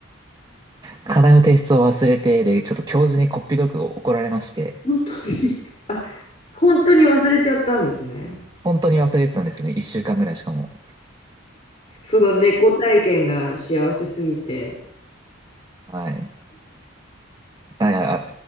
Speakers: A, on the right (about 20°); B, on the left (about 35°).
A: 課題の提出を忘れて、で、ちょっと教授にこっぴどく怒られまして、
B: 本当に <laughs> あ、本当に忘れちゃったんですね。
A: 本当に忘れてたんですね。一週間ぐらいしかも。
B: その猫体験が幸せすぎて。
A: はい。あ、